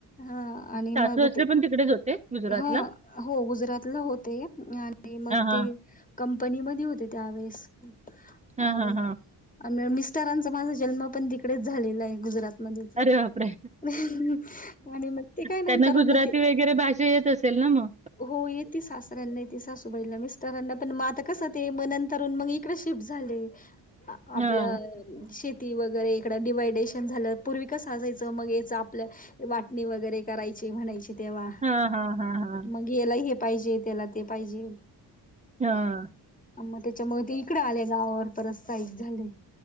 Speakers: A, on the left; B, on the right.
A: हा आणि
B: सासू
A: मग
B: सासरे
A: ते
B: पण तिकडेच होते गुजरातला.
A: हा हो गुजरातला होते आणि मग
B: हां, हां.
A: ते कंपनीमध्ये होते त्यावेेळेस
B: हा
A: आणि
B: हा हा
A: आणि मिस्टरांचा माझा जन्म पण तिकडेच झालेला आहे गुजरात मध्येचं
B: अरे बापरे!
A: म्हणूनच ते काय नंतर
B: त्यांना गुजराती
A: हें ना ते
B: वगैरे भाषा येत असेल ना मग?
A: हो येत सास नणंद बाईला येते सासूबाईला मिस्टरांना पण म आता कसं ते मंतरून मग इकडे शिफ्ट झाले. हा आपलं
B: हां.
A: शेती वगैरे इकडं डिवायडेशन झालं पूर्वी कसं असायचं मग याच आपलं वाटणी वगैरे करायची म्हणायची तेव्हा
B: हा हा हा हा
A: मंग याला हे पाहिजे त्याला ते पाहिजे
B: हा.
A: आणि मग त्याच्यामुळे ते इकडे आले गावावर पर स्थायिक झाले